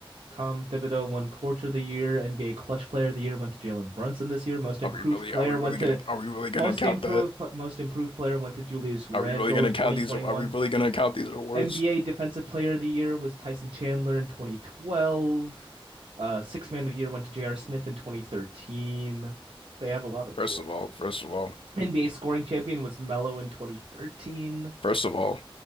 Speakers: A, on the right; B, on the left.
A: Tom Thibodeau won Coach of the Year, NBA Clutch Player of the Year went to Jalen Brunson this year. Most Improved
B: Are we really?
A: Player
B: Are we really
A: went
B: gonna?
A: to
B: Are we really gonna
A: Most
B: count
A: Improved
B: that?
A: Most Improved Player went to Julius Randle
B: Are we really gonna
A: in
B: count
A: 2021.
B: these? Are we really gonna count these awards?
A: NBA Defensive Player of the Year was Tyson Chandler in 2012. Uh, Sixth Man of the Year went to J.R. Smith in 2013. They have a lot of
B: First
A: awards.
B: of all, first of all,
A: NBA scoring champion was Melo in 2013.
B: first of all,